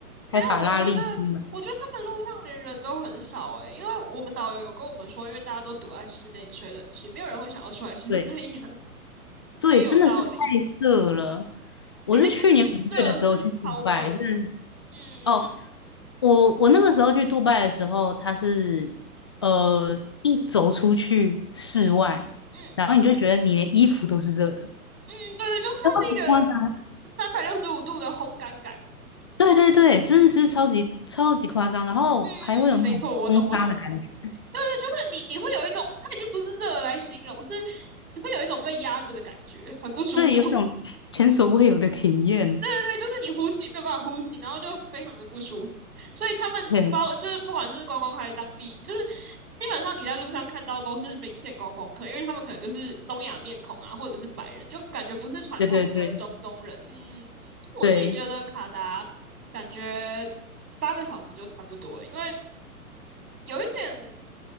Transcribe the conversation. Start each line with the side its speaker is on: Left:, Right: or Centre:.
Right: 没有，
Left: 开法拉利出门。
Right: 我觉得，我觉得他们路上连人都很少诶、因为我们导游有跟我们说，因为大家都躲在室内吹冷气，没有人会想要出来晒太阳，
Left: 对
Right: <laughs>
Left: 对，
Right: 真有道理。
Left: 真的是太热了。
Right: <laughs>
Left: 我是去年五月的时候去杜拜，
Right: 已经不是热，是超闷。
Left: 真的
Right: 嗯
Left: 哦，我我那个时候去杜拜的时候，它是呃一走出去室外，
Right: 嗯嗯
Left: 然后你就觉得你连衣服都是热的，
Right: 嗯，对对，就是它是一个
Left: 超级夸张。
Right: 三百六十五度的烘干感。
Left: 对对对，真的是超级超级夸张，然后还会有那种风沙的感觉。
Right: 嗯，没错，我懂，我懂。对对，就是你，你会有一种，它已经不是热来形容，是你会有一种被压着的感觉，很不舒服。
Left: 对，有一种前所未有的体验。
Right: <laughs> 对，就是你呼吸没有办法呼吸，然后就非常的不舒服。所以他们包就是不管是观光客还是当地，
Left: 对，
Right: 就是基本上你在路上看到都是明显观光客，因为他们可能就是东亚面孔啊，或者是白人，就感觉不是传统的中东人。
Left: 对对对
Right: 嗯，我自己觉得卡达感觉
Left: 对，
Right: 八个小时就差不多了，因为有一点。